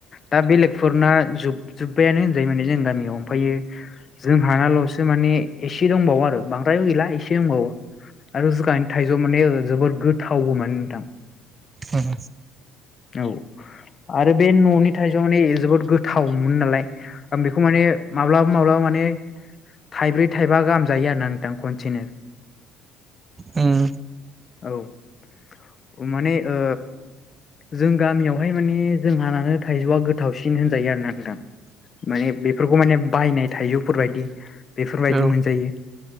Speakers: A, on the left; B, on the right.
A: दा बेलेगफोरना जोबजुब्बायानो होनजायो माने जों गामियाव ओमफायो जों हानाल'सो माने ‍एसे दंबावो बांद्र गैसे दंबावो आरो <unintelligible> थाइजौ माने जोबोर गोथावबो माने नोंथां।
B: उम
A: औ आरो बे न'नि थाइजौआ माने जोबोद गोथावमोन नालाय आं बेखौ माने माब्लाब माब्लाबा माने थाइब्रै थाइबा गाहामजायो आरोना नोंथां खनसेनो।
B: उम
A: औ माने ओ जों गामियावहाय माने जोंहानानो थाइजौआ गोथावसिन होनजायो आरोना नोंथां। माने बेफोरखौ माने बायनाय थाइजौफोरबायायदि बेफोरबायदि
B: औ
A: मोनजायो।